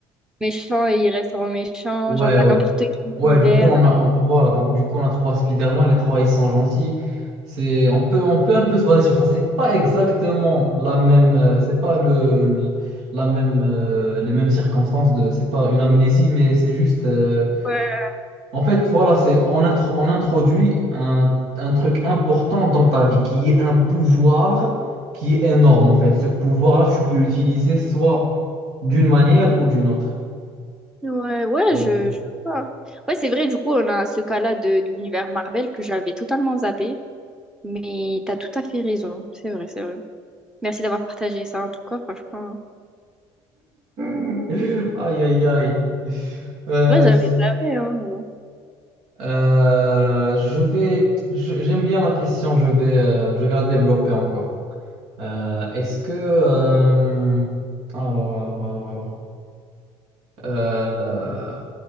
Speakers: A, in the centre; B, on the right (about 80°).
A: méchant, ils resteront méchants,
B: Ouais,
A: genre dans
B: ouais.
A: n'importe quel
B: Ouais,
A: univers,
B: du coup, on
A: dans n'importe-
B: a, on- voilà, donc du coup, on a trois Spider-Man, les trois, ils sont gentils. C'est, on peut, on peut un peu se baser sur ça. C'est pas exactement la même, euh, c'est pas le, le- la même, euh, les mêmes circonstances de, c'est pas une amnésie, mais c'est juste, euh,
A: Ouais.
B: en fait, voilà, c'est, on, intro- on introduit un, un truc important dans ta vie, qui est un pouvoir qui est énorme, en fait. Ce pouvoir-là, tu peux l'utiliser soit d'une manière ou d'une autre.
A: Ouais, ouais,
B: Et-
A: je, je vois. Ouais, c'est vrai, du coup, on a ce cas-là de, de l'univers Marvel que j'avais totalement zappé. Mais t'as tout à fait raison, c'est vrai, c'est vrai. Merci d'avoir partagé ça en tout cas, franchement.
B: <laughs> Aïe, aïe, aïe. Euh,
A: Ouais, j'avais j'avais, hein, mais bon.
B: Euh, je vais, je- j'aime bien la question, je vais, euh, je vais la développer encore. Euh, est-ce que, euh, alors, alors, alors, alors, Euh,